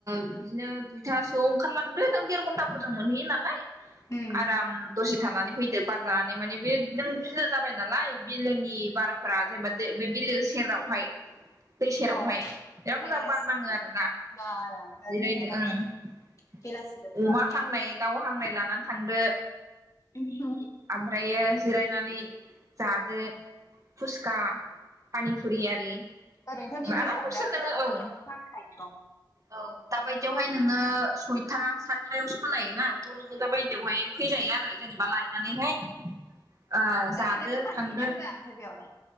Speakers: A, on the right; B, on the left.
A: बिदिनो दुइथा गासोआव ओंखारलांदो नों देर घनण्टाफोरजों मोनहैयो नालाय।
B: उम
A: आराम दसे थानानै फैदो बार जानानै मानिे बे नों बिलो जाबाय नालाय बिलोनि बारफोरा जेनेबा बे बिलो सेरावहाय दै सेरावहाय
B: औ
A: बिराद
B: पेस
A: मोजां बार नाङो आरोना।
B: बारा बिराद
A: जिरायदो
B: मोजां नांगोन
A: ओं
B: बेलासि बोथोराव
A: अमा हांनाय दाउ हांनाय लानानै थांदो
B: ओमहो
A: ओमफ्रायो जिरायनानै जादो खुसखा पानिफुरि आरि
B: ओरैनोथ' निउ
A: आरामसे
B: इयाराव बिराद
A: नोङो
B: माबाफोर
A: ओ औ
B: माबि फानखायो बाव
A: औ दाबायदियावहाय नोङो बयथा हा हाथायाव सो मोनखायो ना थ' नोङो दा बायदियावहाय फैजायो आरो जेनेबा लायनानैहाय ओ जादो
B: ओरैनो दखान
A: थांदो
B: होयोना
A: ।
B: होआ ओमफ्राय बेयावलाय